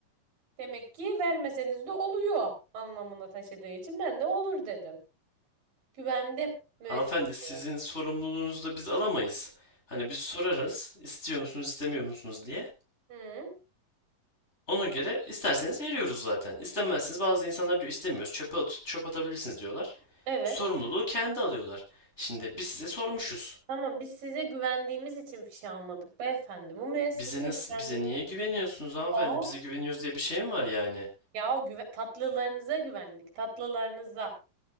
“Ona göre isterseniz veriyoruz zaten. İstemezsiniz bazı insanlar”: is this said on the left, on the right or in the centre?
Left